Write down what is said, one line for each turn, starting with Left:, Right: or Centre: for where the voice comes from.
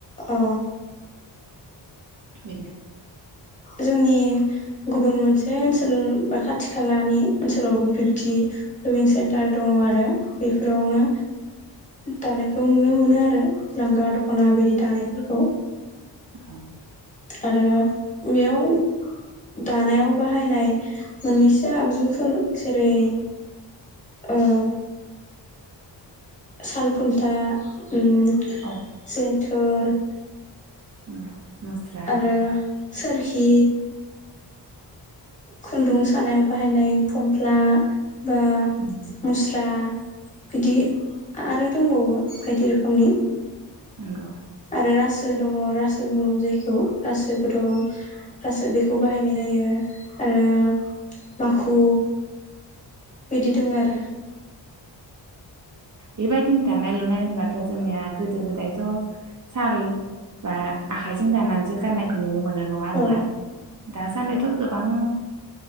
Left: अ
Right: <inaudible>
Left: जोंनि गुबुन मोनसे ओनसोल बा खाथि खालानि ओनसोलावबो बिबदि लभिं सेन्टार दंङ आरो बेफोरावनो दानायखौ नुनो मोनो आरो लांगा द दख'ना बिदि दानायफोरखौ
Right: नंगौ
Left: आरो बेयाव दानायाव बाहायनाय मोननैसो आगजुफोर जेरै ओ साल खुन्था ओम
Right: औ
Left: जेन्थोर
Right: औ। नुस्रा
Left: आरो सोरखि खुन्दुं सानायाव बाहायनाय फमफ्ला, बा
Right: नंगौ
Left: मुस्रा, बिदि आरो दंबावो बायदि रोखोमनि
Right: नंगौ‌।
Left: आरो रासो दङ रो बुङो जायखौ रासोबो दं रासो बेखौ बाहायनाय जायो आरो माखु बिदि दङ आरो
Right: बेबायदिनो दानाय लुनाय होनबाथ' जोंनिया गोदो गोदायथ' साल बा आखाइजों दानानैसो गाननायखौ नुनो मोनो। नङा होनबा
Left: औ
Right: दासान्दिथ' गोबां